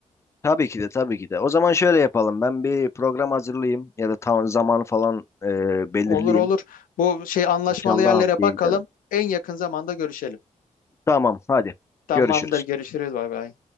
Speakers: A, on the left; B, on the left.
A: Tabii ki de tabii ki de. O zaman şöyle yapalım. Ben bir program hazırlayayım ya da tam zamanı falan e, belirleyeyim.
B: Olur olur. Bu şey anlaşmalı
A: İnşallah
B: yerlere
A: haftaya
B: bakalım.
A: gidelim.
B: En yakın zamanda görüşelim.
A: Tamam hadi.
B: Tamamdır.
A: Görüşürüz.
B: Görüşürüz. Bay bay.